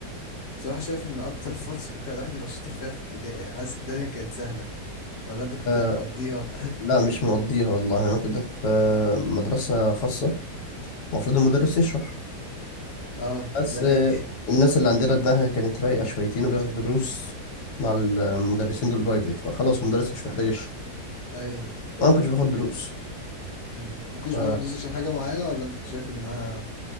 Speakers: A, on the left; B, on the left.
A: بصراحة شايف ان اكتر فرصة <laughs> كان الواحد يبقى شاطر فيها في ابتدائي يعني حاسس الدنيا كانت سهلة ولا انت كنت
B: آه،
A: مقضيها
B: لا مش مقضيها والله انا كنت في آه، مدرسه خاصه المفروض المدرس يشرح
A: <laughs> اه
B: بس
A: ده حقيقي
B: آه، الناس اللي عندنا دماغها كانت رايقة شويتين وبياخدوا دروس مع المدرسين دول برايفت فخلاص المدرس مش محتاج يشرح
A: <laughs> ايوه
B: وأنا ما كنتش باخد دروس
A: امم ما كنتش
B: ف
A: بتاخد دروس عشان حاجة معينة ولا انت كنت شايف انها